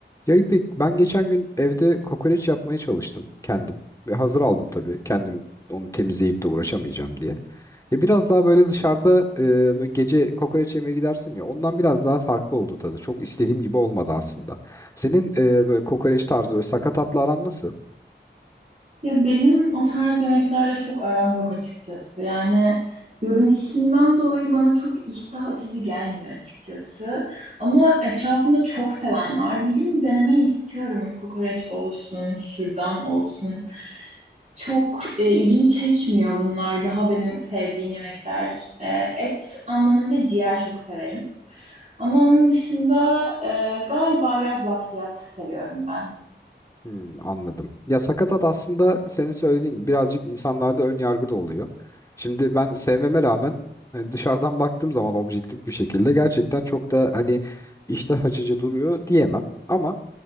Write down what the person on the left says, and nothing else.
Ya İpek, ben geçen gün evde kokoreç yapmaya çalıştım kendim. Ve hazır aldım tabii. Kendim onu temizleyip de uğraşamayacağım diye. Ya biraz daha böyle dışarıda e, böyle gece kokoreç yemeye gidersin ya ondan biraz daha farklı oldu tadı. Çok istediğim gibi olmadı aslında. Senin e, böyle kokoreç tarzı böyle sakatatla aran nasıl?
Hmm, anladım. Ya sakatat aslında senin söylediğin gibi birazcık insanlarda ön yargı da oluyor. Şimdi ben sevmeme rağmen hani dışarıdan baktığım zaman objektif bir şekilde gerçekten çok da hani iştah açıcı duruyor diyemem. Ama